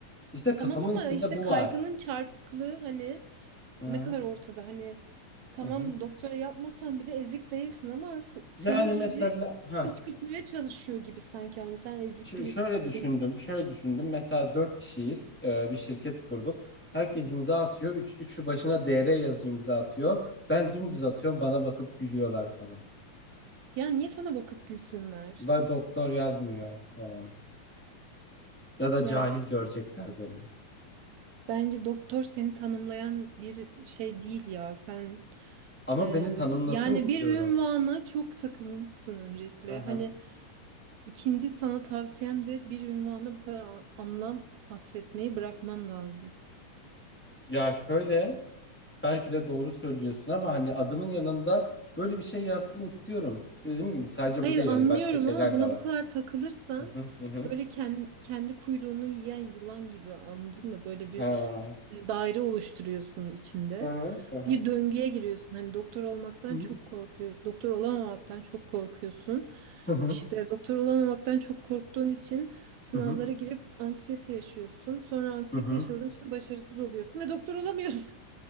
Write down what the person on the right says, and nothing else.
Tamam
ama
işte
kaygının
çarpıklığı hani
ne kadar ortada. Hani tamam
doktora yapmasan bile ezik değilsin ama s- seni
iyice
kışkırtmaya çalışıyor gibi sanki. Hani sen ezik birisisin.
Ya niye sana bakıp gülsünler?
Ya
Bence doktor seni tanımlayan bir şey değil ya. Sen
e,
yani
bir ünvana çok takılmışsın öncelikle.
Hani ikinci sana tavsiyem de bir ünvana bu kadar a- anlam atfetmeyi bırakman lazım.
Hayır
anlıyorum
ama buna
bu kadar takılırsan
böyle kendi, kendi kuyruğunu yiyen yılan gibi anladın mı? Böyle bir
daire oluşturuyorsun içinde.
Bir döngüye giriyorsun. Hani doktor olmaktan
çok korkuyor. Doktor olamamaktan çok korkuyorsun.
İşte doktor olamamaktan çok korktuğun için sınavlara
girip anksiyete yaşıyorsun. Sonra anksiyete
yaşadığın için başarısız oluyorsun ve doktor olamıyorsun.